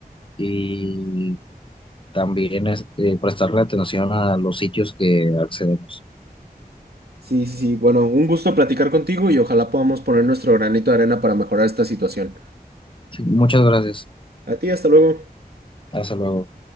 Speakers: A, on the left; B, on the right.
A: y también es, eh, prestarle atención a los sitios que accedemos.
B: Sí, sí, sí, bueno, un gusto platicar contigo y ojalá podamos poner nuestro granito de arena para mejorar esta situación.
A: Sí, Muchas gracias.
B: A ti, hasta luego.
A: Hasta luego.